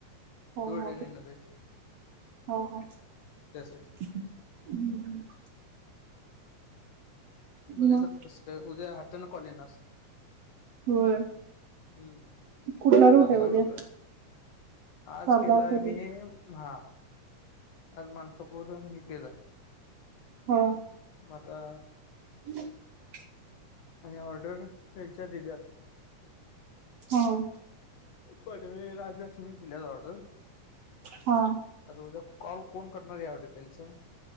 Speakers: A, on the right; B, on the left.
A: ह,
B: दोरड्याने येणार आहेत
A: ह, ह,
B: त्यासाठी
A: ह
B: बघाचं
A: मग
B: आता कस काय उद्या हट्टा न कॉल येणार
A: होय
B: हम्म
A: कुठला रूट
B: लागणार
A: आहे उद्या
B: हुत आज
A: तार
B: केलाय
A: दाखवतो
B: मी हा आज माणकापूर आणि हे केलंय
A: ह
B: म आता
A: <inaudible>
B: आणि ऑर्डर त्यांच्या दिल्यात
A: हाव
B: बडवे, राजलक्ष्मीच्या दिल्यात ऑर्डर
A: हा
B: आता उद्या कॉल कोण करणार या वर डिपेंडस आहे